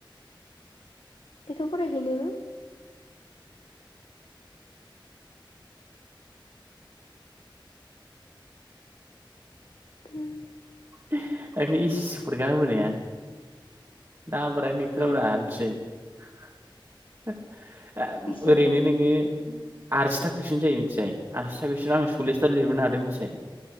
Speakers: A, on the left (about 85°); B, on the right (about 35°).
A: लेखा फरायाखै नों उम
B: दाख्लै एसि सि फरिखा होबोनाया नामबारानो गैथाराब्रा
A: उम
B: मोनथिबाय
A: बिसिमोना
B: ओरैनो नोङो आरसिथा कुइसन जायो मिथिबाय आरसिथा कुइसनाव आं सल्लिसथा लिरबोनो हादों मिथिबाय